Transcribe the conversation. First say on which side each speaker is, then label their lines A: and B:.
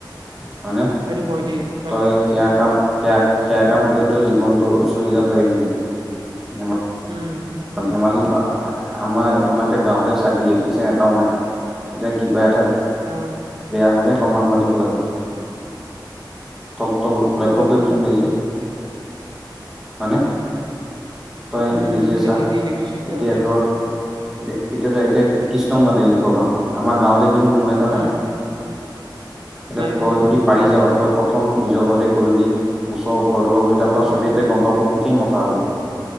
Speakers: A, in the centre; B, on the right.
A: হয় নে
B: সেইটো হয় দেই সঁচা
A: তই
B: কথা
A: সেয়া কাম সেয়া সেয়া কাম কৰি জীৱনটো চলি যাব পাৰিবি কিন্তু ধেমা
B: উম
A: ধেমালি নহয় আমাৰ আমাৰ এতিয়া গাওঁতে চাই ইলেক্ট্ৰিচিয়ান এটাও নাই এতিয়া কিবা এটা
B: অহ
A: বেয়া হ'লে আকৌ মানুহ মাতিব লাগে তল তল
B: সেইটো
A: লক্ষ্য
B: হয় বাৰু
A: কৰিবিচোন নিজে হয়নে তই
B: উম
A: নিজে
B: এতিয়া
A: চা
B: ইলেক্ট্ৰিচিয়ান এটা
A: এতিয়া
B: হলে
A: ধৰ এতিয়া এতিয়া এতিয়া কৃষ্ণক মাতিলি লিখৰ গাঁও আমাৰ গাঁওতে কিন্তু কোনো এটা
B: উম
A: নাই এতিয়া
B: নাই নাই
A: তই
B: অ
A: যদি পাৰি যাও তই প্ৰথম নিজৰ ঘৰতে কৰিলি ওচৰৰ ঘৰ দুঘৰ কৰিলি তাৰ পৰা
B: উম
A: চবেই গম পাব তোকে মতা হ'ব